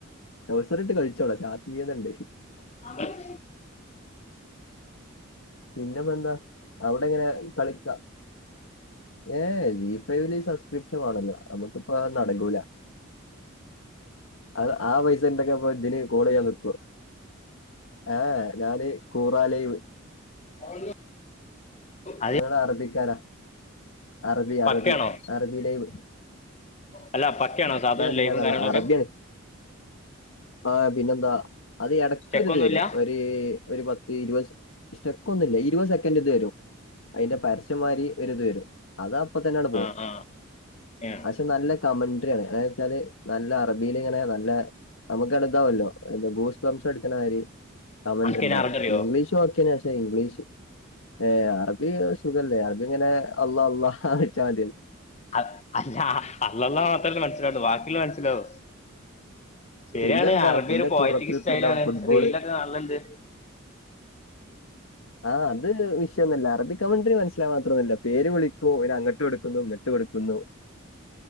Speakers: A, on the left (about 70°); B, on the left (about 30°).
A: ടൗസറിട്ട് കളിച്ചോള്ളു പക്ഷെ ആത്മീയതണ്ട്
B: <unintelligible>
A: പിന്നെപ്പന്താ ഔടെങ്ങനെ കളിക്ക ഏഹ ജി ഫൈവില് സബ്സ്ക്രിപ്ഷൻ വാണല്ലോ നമുക്കിപ്പ അത നടക്കൂല അത് ആ പൈസ ണ്ടൊക്കെപ്പ ദിന് കോളെയ്യാൻ ഞാൻ നിക്കോ ഏഹ് ഞാന് കൂറാലൈവ്
B: <unintelligible> അത്
A: ഞങ്ങള അറബിക്കാരാ അറബി അറബി
B: പക്കയാണോ
A: അറബിയിലൈവ്
B: അല്ല പക്കയാണോ
A: മറ്റേ
B: സാധാരണ
A: അറീലാ
B: ലൈവും
A: നല്ല
B: കാര്യങ്ങളൊക്കെ
A: അറബിയാണ് ആഹ് പിന്നെന്താ അത് ഇടക്കരുത്
B: ചെക്കൊന്നുമില്ല
A: വരും ത് ഒരു പത്ത് ഇരുപത് സ്റ്റെക്ക് ഒന്നുംല്ല ഇരുപത് സെക്കൻഡ് ഇത് തരും അയ്ന്റെ പരസ്യം മാരി ഒരിത് വരും അത അപ്പ തന്നെട് പോവു
B: ആ ആ ഏ
A: പക്ഷെ നല്ല കമന്റ് ത്ര്യാണ് വച്ചാല് നല്ല അറബിയില് ഇങ്ങനെ നല്ല നമുക്ക്ടുത്താവല്ലോ എ ബൂസ് ബംസ് എടുതണാര് കാമന്റ്
B: അനക്കിനെ
A: ണ്ടാവും
B: അറിഞ്ഞറിയോ
A: ഇംഗ്ലീഷ് ഒക്കേണ് പ ക്ഷെ ഇംഗ്ലീഷ് ഏഹ് അറബി സുഖല്ലേ അറബി ങ്ങനെ അള്ളാ അള്ളാന്ന് ച്ചാൻ മതിയല്ല
B: <unintelligible> അഹ് അല്ലാ അള്ളള്ള മാത്രല്ലേ മൻസിലാഉള്ളൂ വാക്കിള്ളെ മൻസിലാഓ ശരിയാണ്
A: പിന്നെന്താ
B: അറബി
A: പിന്നെ
B: ഒരു പോയറ്റിക്
A: കുറത്തിൽ
B: സ്റ്റൈലാണ്
A: കഥ ഫുട്ബോള്
B: റീലൊക്കെ കാൺല്ലണ്ട്
A: ആഹ് അത് വിഷയൊന്നല്ല അറബി കമണ്ട്രി മനസ്സിലാൻ മാത്രല്ല പേര് വിളിക്കു ഒരു അങ്ങട്ടുടുക്കുന്നു ങ്ങട്ട് ട്ട് കൊടുക്കുന്നു